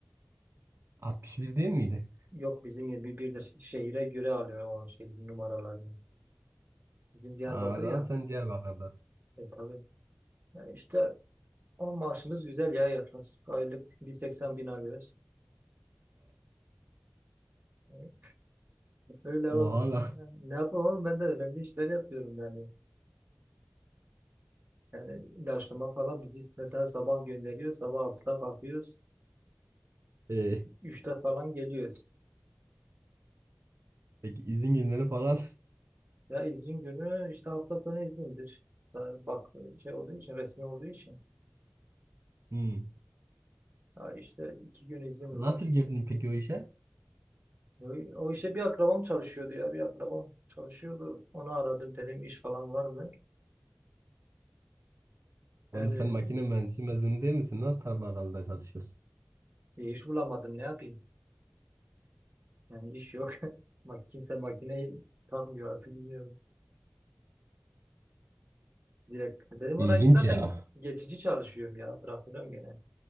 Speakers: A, on the right; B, on the right.
A: 61 değil miydi?
B: Yok bizim 21'dir. Şehire göre alıyor o şey numaralarını. Bizim Diyarbakır
A: Ha, o zaman
B: ya.
A: sen Diyarbakır'dasın.
B: E tabii. Ya işte o maaşımız güzel ya yaklaşık. Aylık 180 bin alıyoruz. Yani öyle
A: Oha
B: o-
A: lan.
B: yani ne yapayım oğlum ben de önemli işler yapıyorum yani. Yani ilaçlama falan bizi mesela sabah gönderiyor. Sabah altıda kalkıyoruz.
A: Ee,
B: Üçte falan geliyoruz.
A: peki izin günleri falan.
B: Ya izin günü işte hafta sonu izindir. Ha, Bak şey olduğu için resmi olduğu için.
A: Hmm.
B: Ya işte iki gün izin
A: Nasıl
B: var.
A: girdin peki o işe?
B: Ya O işte bir akrabam çalışıyordu ya. Bir akrabam çalışıyordu. Onu aradım dedim iş falan var mı?
A: Oğlum
B: Yani
A: sen makine mühendisi mezunu değil misin? Nasıl tarım çalışıyorsun?
B: e, iş bulamadım ne yapayım? Yani iş yok. <laughs> Bak kimse makineyi takmıyor artık bilmiyorum. Direkt dedim
A: İlginç
B: oraya zaten
A: ya.
B: geçici çalışıyorum ya. Bırakacağım gene.